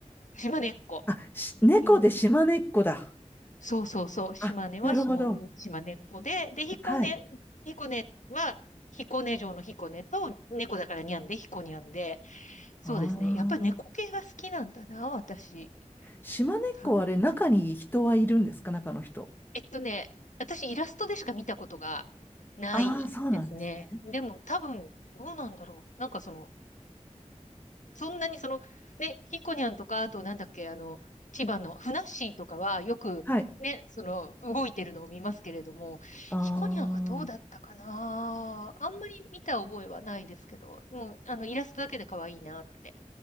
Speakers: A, on the left (about 75°); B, on the left (about 15°).
A: 島根っこ。
B: あ、し、猫で島根っこだ。
A: うん。そうそうそう。島根は下、
B: あ、なるほど。
A: 島根っ子で、で、彦根、
B: はい。
A: 彦根は、彦根城の彦根と、猫だからにゃんで、彦にゃんで。そうですね。
B: あ
A: やっぱり猫系が好きなんだな、私。
B: 島根っこはあれ、
A: 多分。
B: 中に人はいるんですか中の人。
A: えっとね、私イラストでしか見たことがないですね。
B: ああ、そうなんですね。
A: でも多分、どうなんだろう。なんかその、そんなにその、ね、ヒコニャンとか、あとなんだっけ、あの、千葉のふなっしーとかはよくね、
B: はい。
A: その、動いてるのを見ますけれども、
B: あ
A: ヒコニャンはどうだったかなあんまり見た覚えはないですけど、
B: あ、
A: もう、あの、イラストだけで可愛いなって